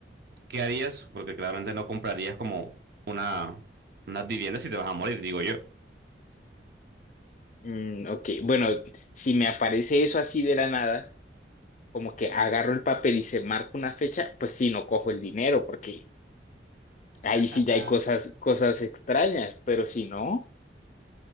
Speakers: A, on the right; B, on the left.
A: ¿qué harías? Porque claramente no comprarías como una, unas viviendas si te vas a morir, digo yo.
B: Mm, ok, bueno, si me aparece eso así de la nada, como que agarro el papel y se marca una fecha, pues sí, no cojo el dinero, porque
A: <laughs>
B: ahí sí ya hay cosas, cosas extrañas, pero si no,